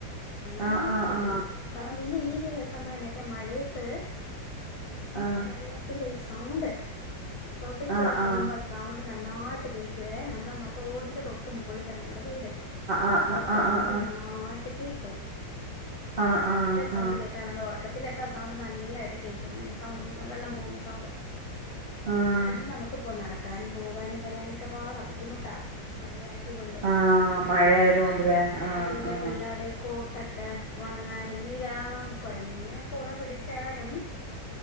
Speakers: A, on the left; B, on the right.
A: ഭയങ്കര
B: ആഹ് ആഹ്
A: ബുദ്ധിമുട്ട്
B: ആഹ്
A: പറമ്പന്പിന്നെ ഈ ഒരു സംഭവന്നാച്ചാൽ മഴയത്ത് മ് ഈ മഴ
B: ആഹ്
A: വെള്ളത്തിന്റെ സൗണ്ട് തോട്ടീക്കൂടെ
B: ആഹ് ആഹ്
A: പോവ്മ്പോ സൗണ്ട് നന്നായിട്ട് കേക്കുവേ നമ്മടെ മ തോടിൻ്റെ തൊട്ട് മുകളിലാ നമ്മ്ടെ വീട്
B: ആഹ്
A: അപ്പത്
B: ആഹ് ആഹ്
A: സൗണ്ട് നല്ലായിട്ട് കേക്കും
B: ആഹ്
A: നല്ല
B: ആഹ് ആഹ് ആഹ്
A: സൗണ്ട്
B: ആഹ്
A: കേക്കാറ് ണ്ടൊർ ക്കത്തിലൊക്കെ സൗണ്ട് നല്ലായിട്ട് കേക്കും അങ്ങനെ സൗണ്ട് വെള്ളം പോകുന്ന സൗണ്ട്
B: ആഹ് ആഹ്
A: പിന്നെ നമുക്കിപ്പോ നടക്കാനും പോകാനും വരാനൊക്കെ പാടാ ബുദ്ധിമുട്ടാ ഈ മഴയായതുകൊണ്ട്
B: ആഹ് മഴയായത്
A: മ്
B: കൊണ്ട്ല്ലേ ആഹ്
A: മാത്രമല്ല
B: ആഹ്
A: പിള്ളേരുടെ ഈ കോട്ടൊക്കെ ഒണങ്ങാനുംവൈലാം കൊയഞ കൊട പിടിച്ചാലും